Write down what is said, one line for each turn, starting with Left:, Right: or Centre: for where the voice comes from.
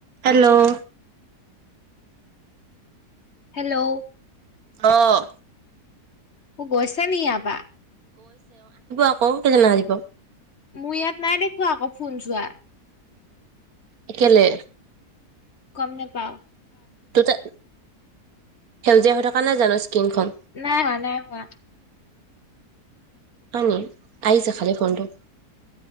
Right: হেল্ল'
Left: হেল্ল'
Right: অঅঅ
Left: অ, গৈছে নেকি ইয়াৰ পৰা?
Right: আকৌ কেইজন মান আহিব?
Left: মোৰ ইয়াত নাই দেখুৱ আকৌ ফোন যোৱা
Right: একলে
Left: গম নোপাও
Right: ত ত সেউজীয়া হৈ থকা নাই জানো স্কিনখন
Left: নাই নাই নাই হোৱা
Right: আ আইজা খাল ফড <unintelligible>